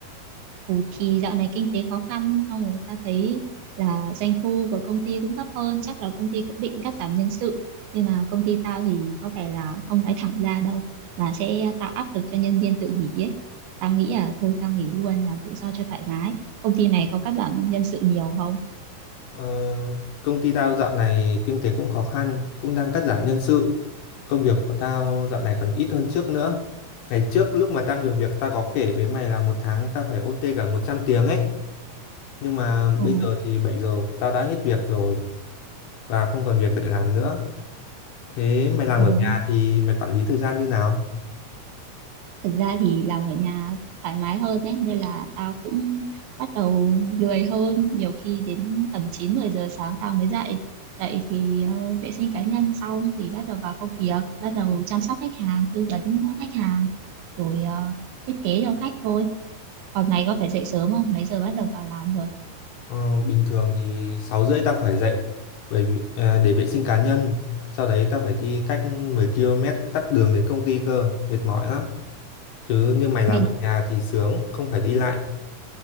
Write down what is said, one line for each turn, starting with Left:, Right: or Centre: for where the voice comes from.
Right: Ừ, thì dạo này kinh tế khó khăn xong rồi ta thấy là doanh thu của công ty cũng thấp hơn chắc là công ty cũng định cắt giảm nhân sự nhưng mà công ty tao thì có vẻ là không nói thẳng ra đâu mà sẽ tạo áp lực cho nhân viên tự nghỉ ấy tao nghĩ là thôi tao nghỉ luôn làm tự do cho thoải mái công ty này có cắt giảm nhân sự nhiều không
Left: Ờ, công ty tao dạo này kinh tế cũng khó khăn, cũng đang cắt giảm nhân sự. Công việc của tao dạo này còn ít hơn trước nữa. Ngày trước lúc mà tao nhiều việc tao có kể với mày là một tháng tao phải OT cả 100 tiếng ấy. Nhưng mà
Right: Ồ,
Left: bây giờ thì 7 giờ tao đã hết việc rồi và không còn việc để làm nữa. Thế mày làm
Right: ừ.
Left: ở nhà thì mày quản lý thời gian như nào?
Right: thực ra thì làm ở nhà thoải mái hơn đấy nên là tao cũng bắt đầu lười hơn nhiều khi đến tầm 9 10 giờ sáng tao mới dậy dậy thì ờ, vệ sinh cá nhân xong thì bắt đầu vào công việc bắt đầu chăm sóc khách hàng tư vấn ờ, khách hàng rồi ờ, thiết kế cho khách thôi còn mày có phải dậy sớm không mấy giờ bắt đầu vào làm rồi
Left: Ờ, bình thường thì 6 rưỡi tao phải dậy bởi vì, à, để vệ sinh cá nhân. Sau đấy tao phải đi cách 10 km tắc đường đến công ty cơ, mệt mỏi lắm. Chứ như mày
Right: mày
Left: làm ở nhà thì sướng, không phải đi lại.